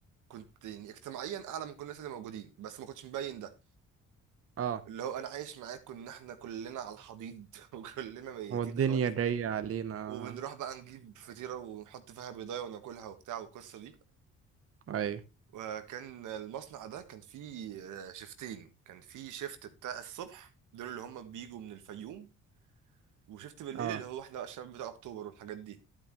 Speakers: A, on the right; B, on the right.
A: كنت يعني اجتماعيا اعلى من كل الناس اللي موجودين بس ما كنتش مبين ده
B: اه
A: اللي هو انا عايش معاكم ان احنا كلنا على الحضيض <laughs> وكلنا ميتين
B: هو الدنيا
A: خالص
B: جايه علينا
A: وبنروح بقى نجيب فطيره ونحط فيها بيضايه وناكلها وبتاع والقصه دي
B: ايوه
A: وكان المصنع ده كان فيه آه، شيفتين كان فيه شيفت بتاع الصبح دول اللي هم بيجوا من الفيوم وشيفت بالليل
B: اه
A: اللي هو احنا بقى الشباب بتاع اكتوبر والحاجات دي